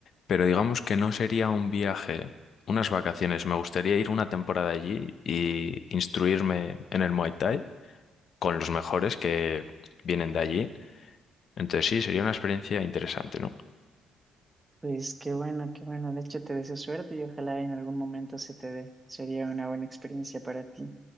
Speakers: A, on the left; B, on the right.
A: Pero digamos que no sería un viaje, unas vacaciones. Me gustaría ir una temporada allí y instruirme en el Muay Thai con los mejores que vienen de allí. Entonces sí, sería una experiencia interesante, ¿no?
B: Pues qué bueno, qué bueno. De hecho, te deseo suerte y ojalá en algún momento se te dé. Sería una buena experiencia para ti.